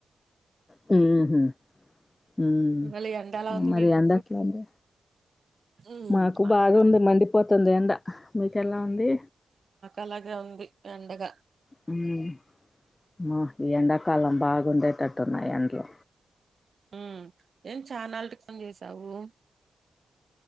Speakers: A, on the left; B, on the right.
A: హు హుం హుమ్మ్
B: ఇవాళ ఎండలా ఉంది
A: మరి
B: మీకు
A: ఎండ ఎట్లుంది
B: ఉమ్
A: మాకు
B: మాకా
A: బాగుంది మండిపోతుంది ఎండ మీకెల ఉంది.
B: అలాగె ఉంది ఎండగ
A: హుమ్మ్ మ ఎండాకాలం బాగుండెటట్టు ఉన్నయ్ ఎండ్లు
B: ఊమ్ ఏం చానాళ్టికి ఫోన్ చేసావు.